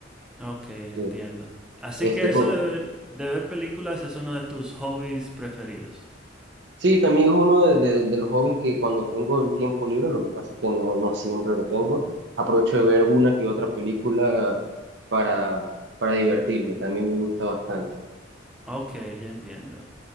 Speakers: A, in the centre; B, on the right.
A: ok, entiendo.
B: Sí.
A: Así
B: Este,
A: que eso
B: por,
A: de ver, de ver películas es uno de tus hobbies preferidos.
B: Sí, también es uno de, de- de los hobbies que cuando tengo el tiempo libre, lo que pasa es que no, no siempre lo tengo, aprovecho de ver una que otra película para, para divertirme, también me gusta bastante.
A: Ok, ya entiendo.